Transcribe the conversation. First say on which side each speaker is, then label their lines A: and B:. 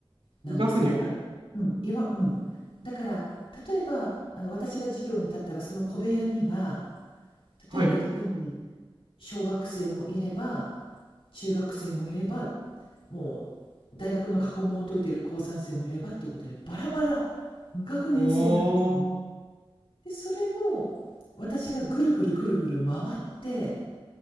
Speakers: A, on the left; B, on the right.
A: なんですね。
B: 無学年。
A: あの、うん、いわうん。だから、例えば、あの、私が授業に立ったら、その小部屋には、
B: はい。
A: 例えば1人、小学生もいれば、中学生もいれば、もう大学の過去問を解いている高3生もいればっていうことで、バラバラ、無学年制なんですね。
B: あー。
A: で、それを私がぐるぐるぐるぐる回って、